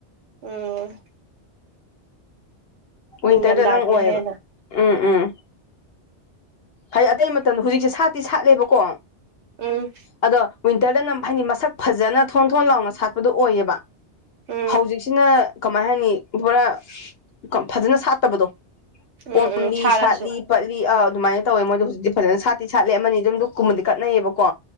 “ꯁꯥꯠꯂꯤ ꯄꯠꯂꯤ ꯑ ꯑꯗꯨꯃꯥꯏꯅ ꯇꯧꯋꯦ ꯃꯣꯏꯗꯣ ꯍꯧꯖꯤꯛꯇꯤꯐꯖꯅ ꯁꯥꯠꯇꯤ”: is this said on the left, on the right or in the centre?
Left